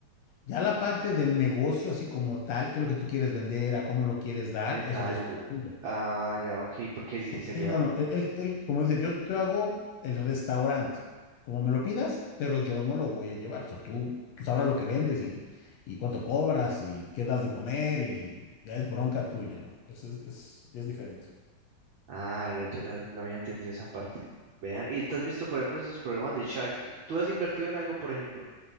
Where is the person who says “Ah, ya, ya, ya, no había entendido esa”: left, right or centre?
Right